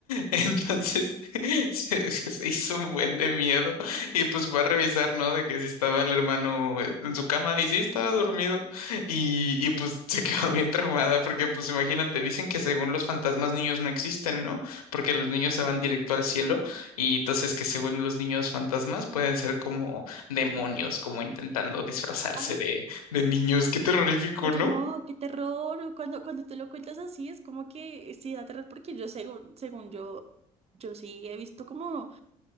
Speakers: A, on the left (about 75°); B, on the right (about 35°).
A: Entonces <laughs> se, se hizo un buen de miedo y pues fue a revisar, ¿no? De que si estaba el hermano en en su cama y sí estaba dormido y, y pues se <laughs> quedó bien traumada porque pues imagínate, dicen que según los fantasmas niños no existen, ¿no? Porque los niños se van directo al cielo y entonces que según los niños fantasmas pueden ser como demonios, como intentando disfrazarse
B: <laughs> ay,
A: de, de niños. Qué terrorífico,
B: Oye,
A: ¿no?
B: no, qué terror. Cuando, cuando te lo cuentas así, es como que sí da terror, porque yo según, según yo, yo sí he visto como,